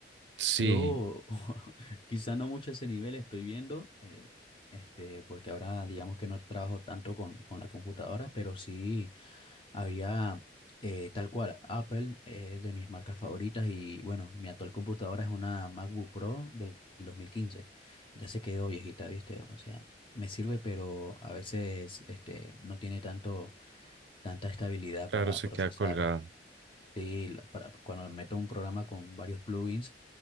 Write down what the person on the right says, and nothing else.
sí,
claro,
se
queda colgado.